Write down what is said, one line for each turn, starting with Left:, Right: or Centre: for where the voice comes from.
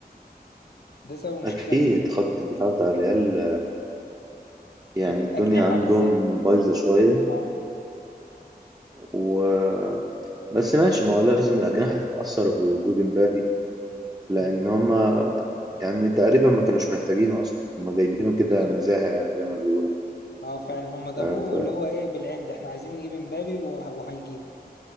Left: ده سبب المشكلة
Right: اكيد
Left: الأساسي
Right: خط الدفاع بتاع الريال يعني
Left: بالأجنحة
Right: الدنيا عندهم
Left: بالذات
Right: بايظة شوية
Left: اه
Right: و بس ماشي ما هو لازم الأجنحة تتأثر بوجود مبابي لأن
Left: م،
Right: هما يعني تقريبا ما كانوش محتاجينه أصلا هما جايبينه كده
Left: بالظبط
Right: نزاهة يعني زي ما بيقولوا
Left: اه فعلا هم جابوه
Right: آه ف...
Left: اللي هو ايه بالعند احنا عايزين نجيب امبابي وه- وهنجيبه